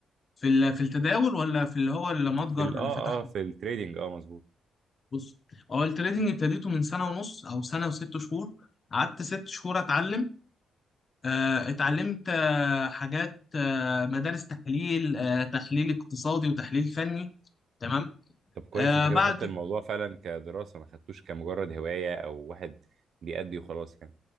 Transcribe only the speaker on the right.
في ال اه
اه في التريدينج اه مظبوط
طب كويس
انت كده
خدت الموضوع فعلا كدراسة ما خدتوش كمجرد هواية او واحد بيأدي وخلاص يعني